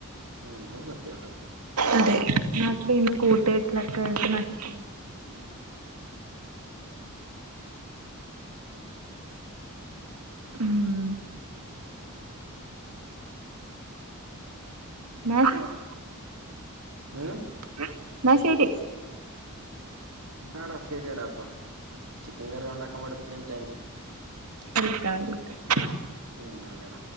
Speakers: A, on the right (about 65°); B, on the right (about 85°).
A: ഉം അഹ് സത്യാട്ടൊ
B: അതെ നാട്ട്ല് ഇന്ന് കൂട്ട്കെട്ടിലൊക്കെ നഷ്ച്ചോവും. ഉം നാ കേക്ക്
A: ഏഹ്
B: ഹേ ന്ന ശരി
A: ആടാ ശരിയാടാ അപ്പ ചിക്കൻ കറി ഉണ്ടാക്കാൻ പഠിപ്പിച്ചേന് താങ്ക് യു.
B: തിക്കാ <unintelligible>
A: ഉം ങ്ങാ കെട